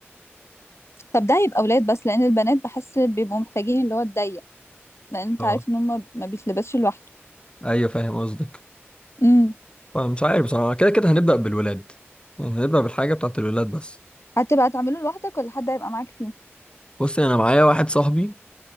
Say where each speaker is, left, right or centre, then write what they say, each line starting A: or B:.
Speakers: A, on the left; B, on the left.
A: طب ده هيبقى اولاد بس لان البنات بحس بيبقوا محتاجين اللي هو الضيق لان انت
B: اه
A: عارف ان هم ما بيتلبسش لوحده
B: ايوه فاهم قصدك
A: امم
B: فمش عارف بصراحه كده كده هنبدا بالولاد يعني هنبدا بالحاجه بتاعت الولاد بس
A: هتبقى تعمله لوحدك ولا حد هيبقى معاك فيه
B: بص انا معايا واحد صاحبي